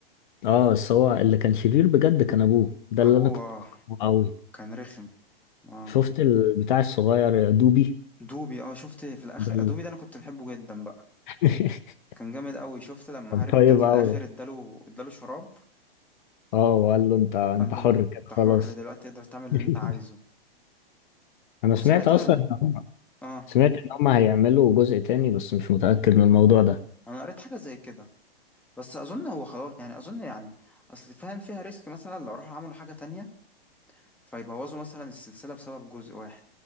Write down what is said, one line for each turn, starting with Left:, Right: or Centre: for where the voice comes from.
Left: اه بس هو اللي كان شرير بجد كان أبوه ده
Centre: أبوه
Left: اللي أنا كنت
Centre: آه.
Left: بكرهه أوي
Centre: كان رخم اه
Left: شفت البتاع الصغير دوبي
Centre: دوبي اه شفت في الاخر
Left: ده،
Centre: دوبي ده انا كنت بحبه جدا بقى
Left: <laughs>
Centre: كان جامد قوي شفت لما
Left: كان
Centre: هاري
Left: طيب
Centre: بوتر في
Left: قوي
Centre: الاخر اداله اداله شراب
Left: اه وقال له انت انت
Centre: قال له
Left: حر كده
Centre: انت
Left: خلاص
Centre: حر دلوقتي تقدر تعمل اللي
Left: <laughs>
Centre: انت عايزه
Left: انا
Centre: وساعتها
Left: سمعت اصلا
Centre: د-
Left: ان هم
Centre: اه
Left: سمعت ان هم هيعملوا جزء تاني بس مش متأكد من الموضوع ده
Centre: انا قريت حاجه زي كده بس اظن هو خلاص يعني اظن يعني اصل فاهم فيها ريسك مثلا لو راحوا عملوا حاجه تانية فيبوظوا مثلا السلسله بسبب جزء واحد